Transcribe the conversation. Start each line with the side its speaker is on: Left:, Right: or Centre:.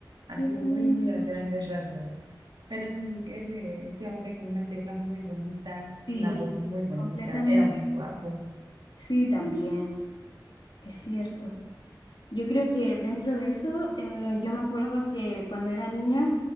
Right: así
Left: qué bonito.
Right: muy, muy a grandes rasgos. Pero sí, ese, ese hombre con unas letras muy bonitas,
Left: Sí,
Right: una voz muy bonita,
Left: completamente.
Right: era muy guapo.
Left: Sí, también, es cierto. Yo creo que dentro de eso, eh, yo me acuerdo que cuando era niña,